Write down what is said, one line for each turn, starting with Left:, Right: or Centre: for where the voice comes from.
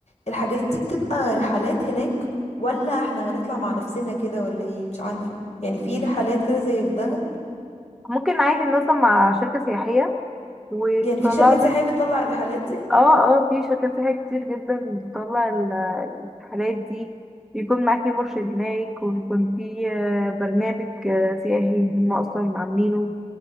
Left: الحاجات دي بتبقى رحلات هناك ولا احنا هنطلع مع نفسنا كده ولا ايه مش عارفه يعني في رحلات كده زي في دهب
Centre: ممكن عادي ننظم مع شركة سياحية وتطلعنا
Left: يعني في شركات سياحيه بتطلع الرحلات دي
Centre: اه اه في شركات سياحية كتير جدا بتطلع ال- الرحلات دي بيكون معاكي مرشد هناك وبيكون في آه، برنامج آه، سياحي هما اصلا عاملينه